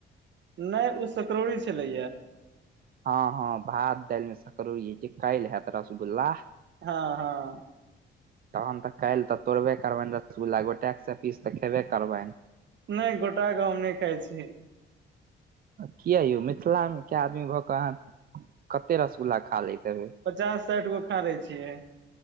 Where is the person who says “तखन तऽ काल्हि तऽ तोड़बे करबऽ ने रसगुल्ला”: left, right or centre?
Right